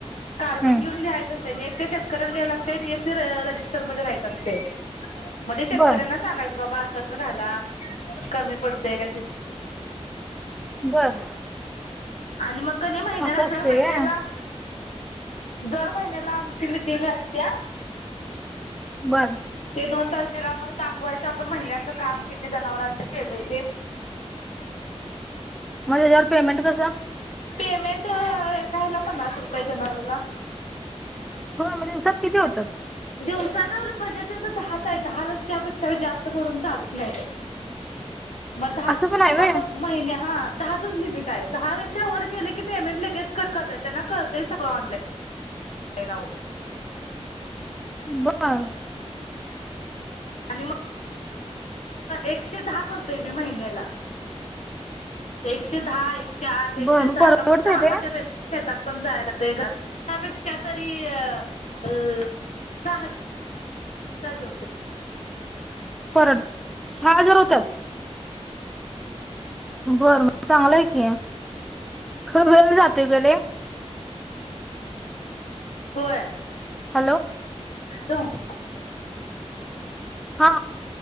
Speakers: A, on the left; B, in the centre.
A: कार्बन
B: हम्म
A: घेऊन लिहायचं त्यांनी एक ते शेतकऱ्याला द्याय लागतय आणि एक ते रजिस्टरमध्ये राहीत असतय. म ते शेतकऱ्यांना
B: बर
A: सांगायचं बाबा असं असं घाला कमी पडतंय का
B: बर
A: आणि मग कने महिन्याला
B: असं असते
A: दर महिन्याला
B: व्हय?
A: दर महिन्याला आमची मिटिंग असत्या.
B: बर.
A: ते दोन तारखेला मग दाखवायचं आपण महिन्याचं काम किती जनावरांचं केलंय ते.
B: <inaudible> मग त्याच्यावर पेमेंट कसं?
A: पेमेंट एका ह्याला पन्नास रुपये जनावराला.
B: होय मग दिवसात किती होतात
A: दिवसाचं बजेट असं दहाच आहे दहालाच्यापेक्षा जास्त भरून चालत नाही मग दहाच
B: असं पण आहे व्हय
A: असं महिने हां दहाचच लिमिट आहे दहापेक्षा वर केलं की पेमेंट लगेच कट करत्यात त्यांना कळतंय सगळं ऑनलाईन होय ना ओ
B: बरं
A: आणि मग एकशे दहा करतोय मी महिन्याला एकशे दहा एक एकशे आठ
B: बर
A: एकशे
B: मग
A: सात
B: परवडतंय
A: आपण कामाच्या
B: ते
A: शेतात पण जाय लागत घरापेक्षा तरी अ सहा सुद्धा हे होतंय
B: परत सहा हजार होत्यात बरं मग चांगलंय की खरं वेळ जातोय गं लैई
A: होय
B: हॅलो
A: हॅलो
B: हा